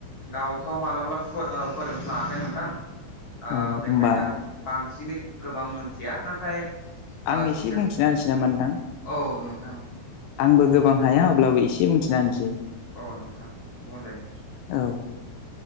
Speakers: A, on the left (about 50°); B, on the left (about 85°).
A: गावथ' मालाब्लाबो फोरोंफ्लाङाखै नोंथां ओ
B: औ
A: बेखायनो
B: होमबा
A: आं बांसिनै गोबां मोनथिया नाथाय ओ
B: आं
A: सासे
B: एसे बुंथिना होनोसै नामा नोंथां
A: औ नं
B: आंबो गोबां हाया अब्लाबो एसे बुंथिना होनोसै
A: औ नोंथां बुंजायो
B: औ